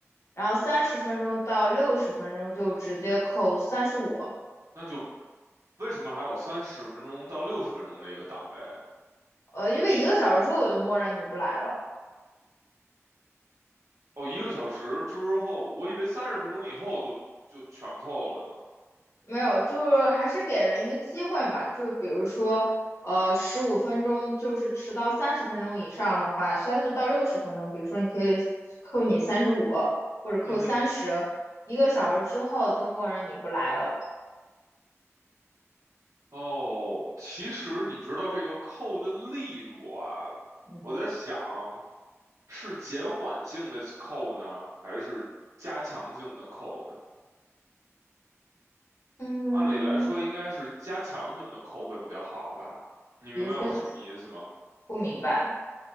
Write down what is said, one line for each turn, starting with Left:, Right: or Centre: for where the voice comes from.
Left: 然后三十分钟到六十分钟就直接扣三十五，
Right: 那就为什么还有三十分钟到六十分钟的一个档位啊？
Left: 呃，因为一个小时之后我就默认你不来了。
Right: 哦，一个小时之后，我以为三十分钟以后就就全扣了呢。
Left: 没有，就是还是给人一个机会嘛，就比如说，呃，十五分钟，就是迟到三十分钟以上的话，三十到六十分钟，比如说你可以扣你三十五或者扣三十，
Right: 嗯
Left: 一个小时之后就默认你不来了。
Right: 哼，哦，其实你知道这个扣的力度啊，
Left: 嗯
Right: 我在想是减缓性的扣呢，还是加强性的扣呢？
Left: 嗯，
Right: 按理来说应该是加强性的扣会比较好吧？你明白我什么意思吗？
Left: 比如说是不明白，